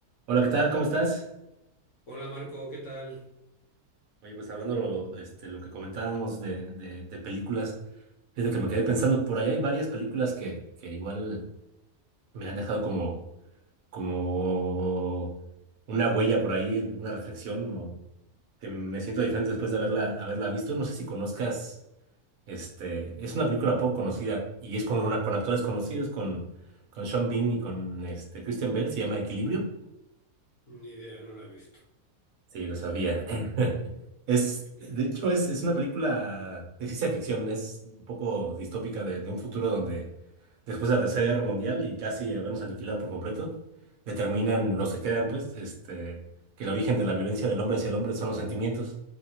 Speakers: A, on the right; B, on the left.
A: Hola, ¿qué tal? ¿Cómo estás?
B: Hola Marco, ¿qué tal?
A: Oye, pues hablando lo, este, lo que comentábamos de, de, de películas, fíjate que me quedé pensando, por allá hay varias películas que, que igual me han dejado como, como una huella por ahí, una reflexión, o que me siento diferente después de haberla, haberla visto. No sé si conozcas, este, es una película poco conocida y es con, una, con actores conocidos, con, con Sean Bean y con este, Christian Bale, se llama Equilibrio.
B: Ni idea, no la he visto.
A: Sí, lo sabía. <laughs> Es, de hecho, es, es una película de ciencia ficción, es un poco distópica de, de un futuro donde después de la Tercera Guerra Mundial y casi habernos aniquilado por completo, determinan los que quedan, pues, este, que el origen de la violencia del hombre hacia el hombre son los sentimientos.